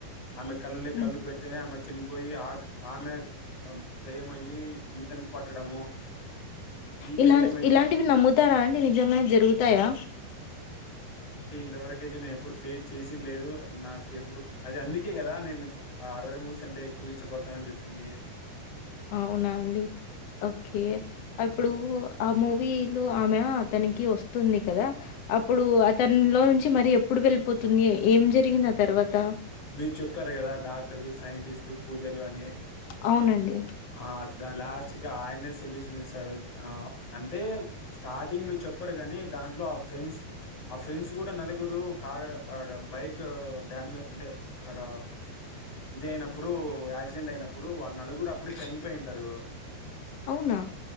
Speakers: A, on the left (about 35°); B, on the left (about 80°).
A: ఆమెమె కల్
B: హ్మ్.
A: కలు పెడితేనే అమె చనిపోయి ఆ ఆమె దయమయిి ఈతనికి పట్టడము ఈ
B: ఇలా
A: దెయ్యమయ్యి
B: ఇలాంటివి నమ్ముతారా అండి నిజంగానే జరుగుతాయా
A: ఇంతవరక అయితే నేను ఎప్పుడు ఫేస్ చేసిన లేదు నాకు ఎప్పుడు అది అందుకే కదా నేను హారర్ మూవీస్ ఆంటే ఎక్కువ ఇష్టపడతా అని చెప్పింది
B: అవునా అండి ఓకే ఇప్పుడు ఆ మూవీ లు ఆమె అతనికి వస్తుంది కదా అప్పుడు అతని లో నుంచి మర ఎప్పుడు వెళ్ళిపోతుంది ఏం జరిగింది ఆ తర్వాత
A: మీరు చెప్పారు కదా డాక్టర్లు సైంటిస్ట్ పూజలు అ
B: అవునండి
A: ఆ లాస్ట్గా ఆయనే సొల్యూషన్ ఇస్తాడు అంటే స్టార్టింగ్ లో చెప్పరు కానీ దాంట్లో ఆ ఫ్రెండ్స్ ఆ ఫ్రెండ్స్ కూడా నలుగురు కార్ ఆడ బైక్ డ్యామే అంటే అడ ఇది అయినప్పుడు యాక్సిడెంట్ అయినప్పుడు ఆ నలుగురు ఇప్పుడు చనిపోయింటారు
B: అవునా